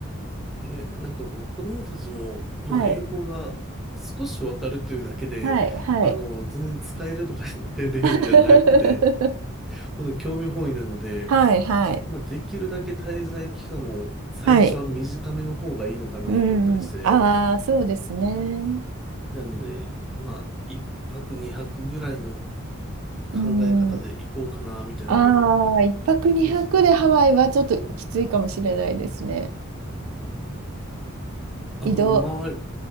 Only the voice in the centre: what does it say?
えなんかこう、子供たちも、まあ、
英語が少しわかるというだけで、
あの、全然使えるとかっていう <laughs> レベルではなくて、
ほんと興味本位なので、
まあ、できるだけ滞在期間も最初は短めの方がいいのかなと思ったりして、
なので、まあ、1泊2泊ぐらいの
考え方で行こうかな、みたいなのを、
少し、あ、
もう回る、